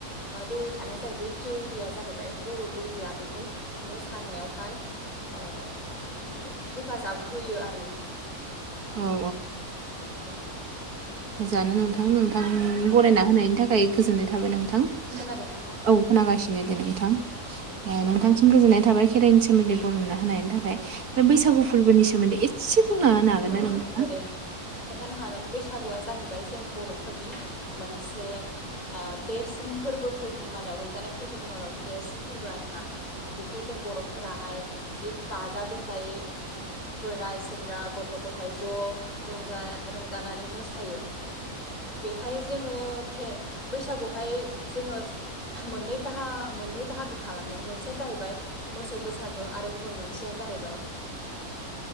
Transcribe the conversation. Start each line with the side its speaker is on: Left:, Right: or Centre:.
Left: ओ दौरि थाना जायो बे दौरिया जाहैबाय बर' दौरि या बेखौ मोसानायावहाय अ ब' हेफाजाब होयो आरो
Right: अ।
Left: अ।
Right: मोजाङानो नोंथां नोंथां बरायना होनायनि थाखाय गोजोननाय थाबाय नों थां
Left: खोनादोंना नोंथां
Right: औ खोनागासिनो
Left: औ
Right: दे नोंथां
Left: औ
Right: नोंथांसिम गोजोननाय थाबाय खेराइनि सो सोमोन्दैखौ नुना होननि थाखाय
Left: औ
Right: बे बैसागु फोरबोनि सोमोन्दै एसे बुंना होनो हागोन
Left: औ
Right: ना नोंथाङा!
Left: गोदो खोन्थानो हागोन बैसागुआ जाहैबाय जों बर'फोरनि मोनसे ओ देरसिन फोरबोफोरनि मादाव रंजानाय फोरबोनि मादाव देरसिन फोरबो आरो ना। बेखौ जों बर'फोराहाय जि गाजा गोमजायै बोराय सेंग्रा गथ' गथायाइ ज' रंजा रंजानानै मोसायो। बेवहाय जोङो खे बैसागुआवहाय जोङो मोननै बाह मोननै बाहागो खालामदों मोनसेया जाहैबाय मोसौ बैसागो आरो गुबुन मोनसे जाहैबायाय